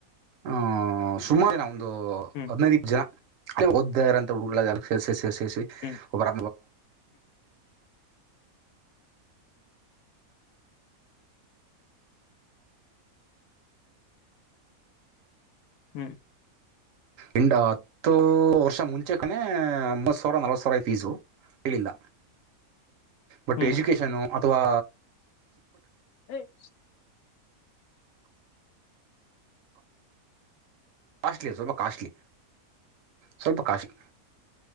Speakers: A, on the right; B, on the left.
A: ಆ ಸುಮಾರ ನ ಒಂದು
B: ಹ್ಮ್
A: ಹದಿನೈದು ಜನ ಅ ಒದ್ದಂತ ಹುಡುಗ ಸಲ್ಸ ಸೇ
B: ಹ್ಮ್
A: ಒಬ್ಬರ
B: ಹ್ಮ್
A: ಇಂಡ ಹತ್ತು ವರ್ಷ ಮುಂಚೆ ಕನೆ ಮೂವತ್ ಸಾವಿರ ನಲ್ವತ್ತು ಸಾವಿರ ಫೀಸು ಹೇಳಿಲ್ಲ ಬಟ್
B: ಹ್ಮ್
A: ಎಜುಕೇಶನ್ ಅಥವಾ
B: ಹ್ಮ್
A: ಕಾಸ್ಟ್ಲಿ ಸ್ವಲ್ಪ ಕಾಸ್ಟ್ಲಿ ಸ್ವಲ್ಪ ಕಾಸ್ಟ್ಲಿ